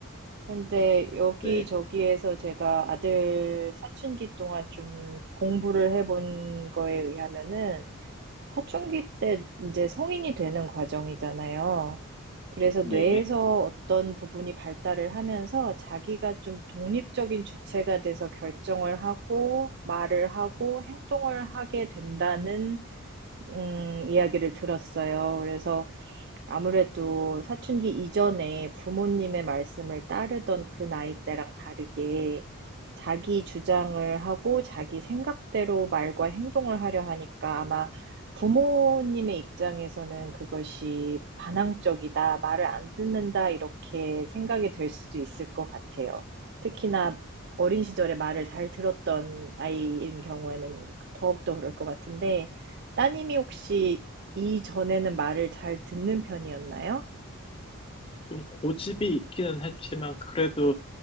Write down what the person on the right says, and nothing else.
근데 여기저기에서
제가 아들 사춘기 동안 좀 공부를 해본 거에 의하면은 사춘기 때 이제 성인이 되는 과정이잖아요. 그래서
뇌에서 어떤 부분이 발달을 하면서 자기가 좀 독립적인 주체가 돼서 결정을 하고 말을 하고 행동을 하게 된다는 음 이야기를 들었어요. 그래서 아무래도 사춘기 이전에 부모님의 말씀을 따르던 그 나이 때랑 다르게 자기 주장을 하고 자기 생각대로 말과 행동을 하려 하니까 아마 부모님의 입장에서는 그것이 반항적이다, 말을 안 듣는다, 이렇게 생각이 될 수도 있을 것 같아요. 특히나 어린 시절에 말을 잘 들었던 아이인 경우에는 더욱더 그럴 것 같은데, 따님이 혹시 이전에는 말을 잘 듣는 편이었나요?